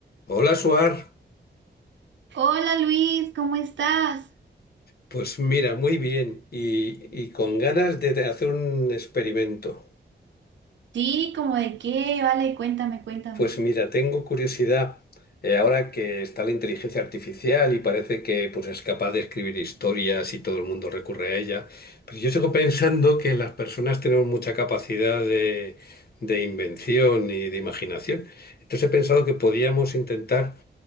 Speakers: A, on the left; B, on the right.
A: Hola, Suar.
B: Hola Luis, ¿cómo estás?
A: Pues mira, muy bien y, y con ganas de de hacer un experimento.
B: Sí, ¿como de qué? Vale, cuéntame, cuéntame.
A: Pues mira, tengo curiosidad, eh, ahora que está la inteligencia artificial y parece que pues, es capaz de escribir historias y todo el mundo recurre a ella, pero yo sigo pensando que las personas tenemos mucha capacidad de, de invención y de imaginación. Entonces he pensado que podíamos intentar